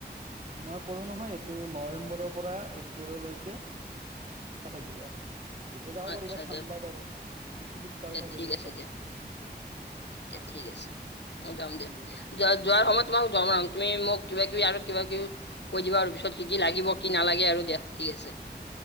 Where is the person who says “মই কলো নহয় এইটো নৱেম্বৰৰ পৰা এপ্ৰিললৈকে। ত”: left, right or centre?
Right